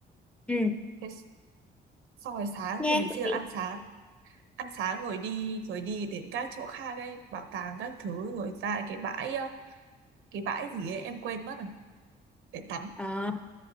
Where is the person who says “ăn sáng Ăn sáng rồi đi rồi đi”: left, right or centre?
Right